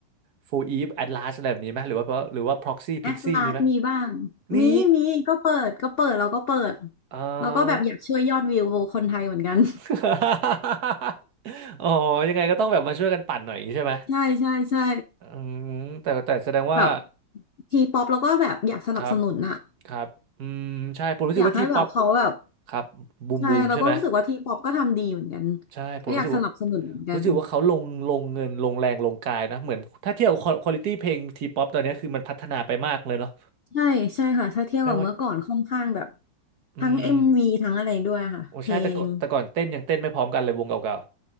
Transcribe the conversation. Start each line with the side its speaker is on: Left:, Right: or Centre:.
Right: โฟอีฟแอดลาสอะไรแบบนี้ไหมหรือว่าหรือว่าพ็อกซี่พิกซี่มีไหม
Left: แอสลาดมีบ้าง
Right: นี่
Left: มีมีก็เปิดก็เปิดเราก็เปิด
Right: เออ
Left: เราก็แบบอยากช่วยยอดวิวคนไทยเหมือนกัน
Right: <laughs> อ๋อยังไงก็ต้องแบบมาช่วยกันปั่นหน่อยอย่างนี้ใช่ไหม
Left: <laughs> ใช่ใช่ใช่
Right: อืมแต่แต่แสดงว่า
Left: แบบทีป๊อปเราก็แบบอยากสนับสนุนอะ
Right: ครับครับอืมใช่ผมรู้สึกว่าทีป๊อป
Left: อยากให้แบบเขาแบบ
Right: ครับบูมบูมใช่ไหม
Left: ใช่เราก็รู้สึกว่าทีป๊อปก็ทำดีเหมือนกัน
Right: ใช่ผมรู้สึกว่า
Left: ก็อยากสนับสนุนเหมือนกัน
Right: รู้สึกว่าเขาลงลงเงินลงแรงลงกายนะเหมือนถ้าเทียบควอลิตี้เพลงทีป๊อปตอนเนี้ยคือมันพัฒนาไปมากเลยเนาะ
Left: ใช่ใช่ค่ะถ้าเทียบกับเมื่อก่อนค่อนข้างแบบ
Right: ไม่ว่าอืม
Left: ทั้งเอ็มวีทั้งอะไรด้วยค่ะเพลง
Right: โอ้ใช่แต่ก่อนแต่ก่อนเต้นยังเต้นไม่พร้อมกันเลยวงเก่า